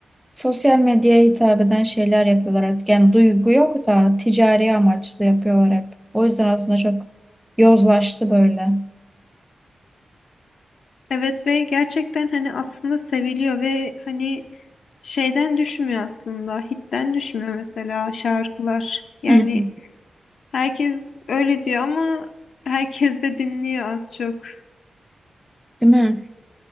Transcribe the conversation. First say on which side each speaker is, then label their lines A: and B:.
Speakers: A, in the centre; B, on the left.
A: Sosyal medyaya hitap eden şeyler yapıyorlar artık. Yani duygu yok da ticari amaçlı yapıyorlar hep. O yüzden aslında çok yozlaştı böyle.
B: Evet ve gerçekten hani aslında seviliyor ve hani şeyden düşmüyor aslında. Hitten düşmüyor mesela şarkılar. Yani
A: Hı hı.
B: herkes öyle diyor ama herkes de dinliyor az çok.
A: Değil mi?